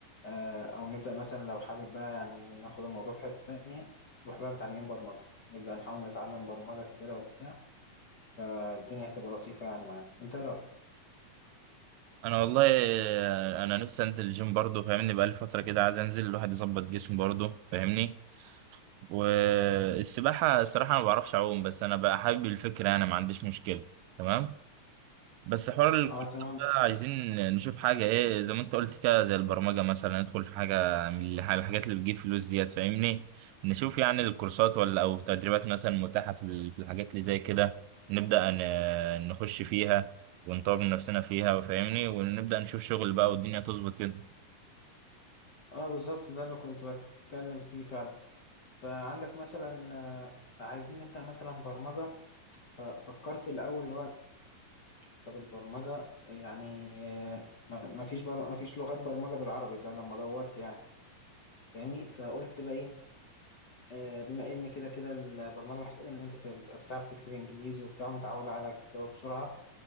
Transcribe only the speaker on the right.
أنا والله آه، أنا نفسي أنزل الجيم برضه فاهمني بقالي فترة كده عايز أنزل الواحد يظبط جسمه برضه فاهمني والسباحة الصراحة أنا ما بعرفش أعوم بس أنا بقى حابب الفكرة أنا ما عنديش مشكلة تمام بس حوار الكورسات
ده عايزين نشوف حاجة ايه زي ما انت قلت كده زي البرمجة مثلا ندخل في حاجة من الح- الحاجات اللي بتجيب فلوس ديت فاهمني نشوف يعني الكورسات ولا او تدريبات مثلا متاحة في ال- في الحاجات اللي زي كده نبدأ ن- نخش فيها ونطور من نفسنا فيها وفاهمني ونبدأ نشوف شغل بقى والدنيا تظبط كده